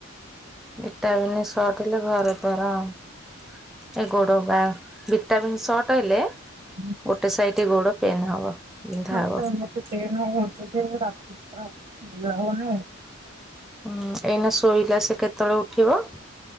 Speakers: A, in the centre; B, on the right (about 35°).
A: ଇଟାଲିନ ସର୍ଟ ହେଲେ ଘର ଦ୍ଵାରା ଆଉ ଏ ଗୋଡ ବା ଭିଟାମିନ୍ ସଟ ହେଲେ
B: ଆଁ
A: ଗୋଟେ ସାଇଟି ଗୋଡ ପେନ୍ ହବ। ବିନ୍ଧା
B: ହଁ
A: ହବ।
B: ପା ମତେ ପେନ୍ ହଉଚି ଯେ ରାତି ସାରା ନିଦ ହଉନି।
A: ହୁଁ ଏଇନା ଶୋଇଲା ସେ କେତେବେଳେ ଉଠିବ?